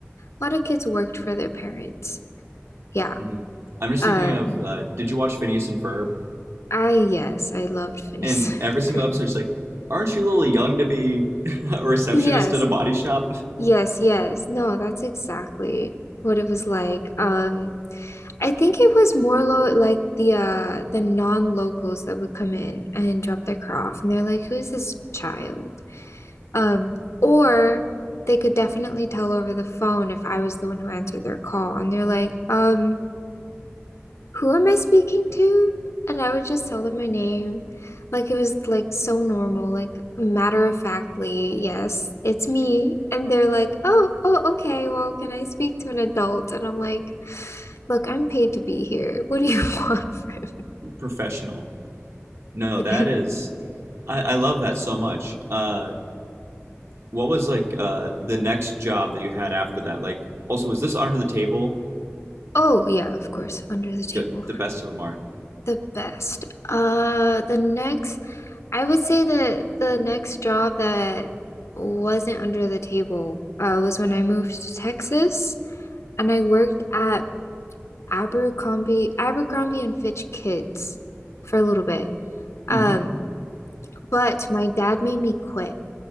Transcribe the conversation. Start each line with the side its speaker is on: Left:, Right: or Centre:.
Left: a lot of kids worked for their parents. Yeah.
Right: Mhm. I'm just
Left: Um,
Right: thinking of. Uh, did you watch Phineas and Ferb?
Left: I yes, I loved Phineas.
Right: And every
Left: <laughs>
Right: single
Left: and Ferb.
Right: episode, it's like, aren't you a little young to be <laughs> a receptionist
Left: Yes.
Right: at a body shop?
Left: Yes, yes. No, that's exactly what it was like. Um, I think it was more lo like the uh the non-locals that would come in and drop their car off and they're like, "Who is this child?" Um, or they could definitely tell over the phone if I was the one who answered their call. And they're like, um, who am I speaking to? And I would just tell them my name. Like it was like so normal, like matter of factly, yes, it's me. And they're like, oh, oh, okay, well, can I speak to an adult? And I'm like, look, I'm paid to be here. What do you <laughs> want from
Right: <laughs> Professional. No,
Left: me?
Right: that is.
Left: <laughs>
Right: <laughs> I, I love that so much. Uh, what was like uh, the next job that you had after that? Like, also, was this under the table?
Left: Oh, yeah, of course, under the table.
Right: Good, the best of them are.
Left: The best. Uh, the next, I would say that the next job that wasn't under the table uh, was when I moved to Texas and I worked at Abercrombie, Abercrombie and Fitch Kids for a little bit. Um,
Right: hmm
Left: but my dad made me quit